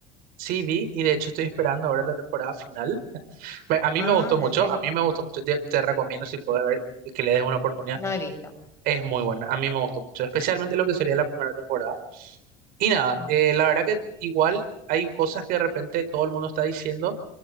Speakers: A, on the right (about 60°); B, on the left (about 15°).
A: sí vi, y de hecho estoy esperando ahora la temporada final. Ve, A mí
B: Ah,
A: me gustó mucho,
B: en serio,
A: a mí me gustó mucho, te, te recomiendo si puedes ver que le des una oportunidad,
B: no he visto.
A: es muy buena, a mí me gustó mucho, especialmente lo que sería la primera temporada. Y nada,
B: Ujú.
A: eh, la verdad que igual hay cosas que de repente todo el mundo está diciendo,